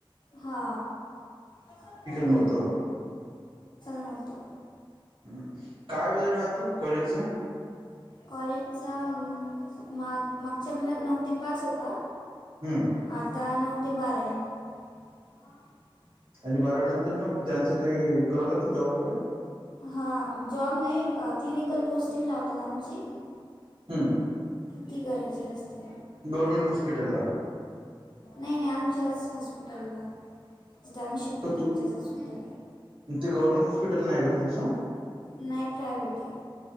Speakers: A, on the left; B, on the right.
A: हा प्रॅक्टिकल
B: नव्हतं
A: नव्हतं.
B: हम, काय वेळ राहतो कॉलेजचा?
A: कॉलेजचा अं, माग मागच्या महिन्यात नऊ ते पाच होता,
B: हम्म.
A: आता नऊ ते बारा आहे. <unintelligible>
B: आणि बारावी नंतर मग त्यांचं काही करावं लागतं जॉब वगैरे?
A: हां जॉब नाही क्लिनिकल पोस्टिंग लावतात आमची
B: हम्म
A: ती करायची असते.
B: गव्हर्नमेंट हॉस्पिटलला
A: नाही नाही आमच्याच हॉस्पिटलला. जिथं आमही शिकतो
B: हो
A: तितच्याच
B: तू
A: हॉस्पिटल.
B: ते गव्हर्नमेंट हॉस्पिटल नाही का तुमचं
A: नाही प्रायवेट ये.